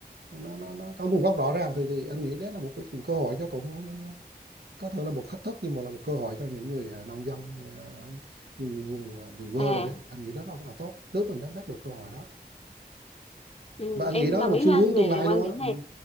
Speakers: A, on the right; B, on the left.
A: nó nó nó có nguồn gốc rõ ràng thì thì anh nghĩ đấy là một cái một cơ hội cho cũng không- không- có thể là một thách thức nhưng mà là một cơ hội cho những người à, nông dân à, những vùng à, miền quê
B: à
A: rồi đấy anh nghĩ đó là, là tốt nếu mình nắm bắt được cơ hội đó
B: ừ,
A: và anh
B: em
A: nghĩ đó
B: đồng
A: là một
B: ý
A: xu
B: với anh
A: hướng
B: về
A: tương lai
B: quan
A: luôn
B: điểm
A: á
B: này
A: ừ.